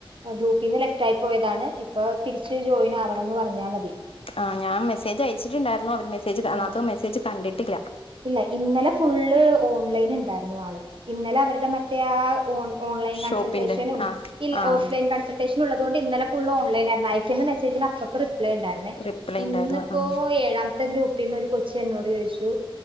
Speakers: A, on the right (about 65°); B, on the left (about 80°).
A: ഗ്രൂപ്പിൽ നിന്ന് ലെഫ്റ്റ് ആയി പോയതാണ് ഇപ്പൊ തിരിച്ച് ജോയിൻ ആവണംന്ന് പറഞ്ഞാൽ മതി
B: ആഹ് ഞാൻ മെസേജ് അയച്ചിട്ടുണ്ടായിരുന്നു അവര് മെസ്സേജ് അതനാത്ത
A: ആ
B: മെസ്സേജ് കണ്ടിട്ടില്ല
A: ഇല്ല ഇന്നലെ ഫുള്ള് ഓൺലൈൻ ഉണ്ടായിരുന്നു ആള് ഇന്നലെ അവരുടെ മറ്റേ ആ ഓൺ ഓൺലൈൻ
B: ഷോപ്പിന്റെ
A: കൺസൽട്ടേഷനും
B: ആഹ്
A: ഇൽ
B: ആഹ്
A: ഓഫ് ലൈൻ കൺൻസൽ ഷനും ഉള്ളത് കൊണ്ട് ഇന്നലെ ഫുൾ ഓൺലൈനായിരുന്നു. അയക്കുന്ന മെസേജിന് അപ്പപ്പ റിപ്ലൈണ്ടായിരുന്നു
B: റിപ്ലൈ
A: ഇന്നിപ്പോ
B: ഉണ്ടായിരുന്നു ആഹ്
A: ഏഴാമത്തെ ഗ്രൂപ്പിന്ന് ഒരു കൊച്ച് എന്നോട് ചോയ്ച്ചു